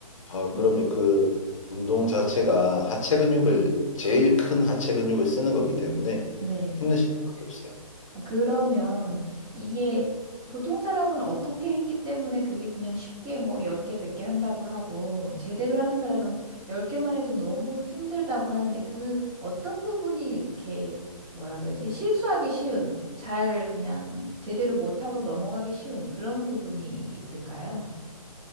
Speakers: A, on the left; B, on the right.
A: 아, 그럼요.
B: 음,
A: 그 운동 자체가 하체 근육을 제일 큰 하체 근육을 쓰는 거기 때문에
B: 네.
A: 힘드실 수밖에 없어요.
B: 아, 그러면 이게 보통 사람은 어떻게 했기 때문에 그게 그냥 쉽게 뭐 10개, 100개 한다고 하고 제대로 하는 사람은 10개만 해도 너무 힘들다고 하는데 그 어떤 부분이 이렇게 뭐라 그러지? 실수하기 쉬운, 잘 그냥 제대로 못하고 넘어가기 쉬운 그런 부분이 있을까요?